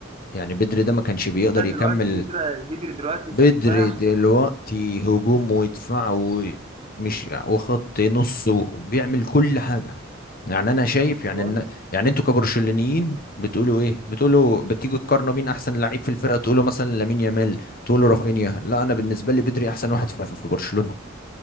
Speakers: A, on the left; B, on the right.
A: يعني بدري ده ما كانش بيقدر
B: لا دلوقتي
A: يكمل
B: بيدري بيدري دلوقتي
A: بدري
B: سفاح
A: دلوقتي هجوم ويدفع ومش وخط نص وبيعمل كل حاجة يعني انا شايف
B: سفاح
A: يعني ان يعني انتوا كبرشلونيين بتقولوا ايه بتقولوا بتيجوا تقارنوا مين احسن لعيب في الفرقه تقولوا مثلا لامين يامال تقولوا رافينيا لا انا بالنسبه لي بدري احسن واحد في, في برشلونه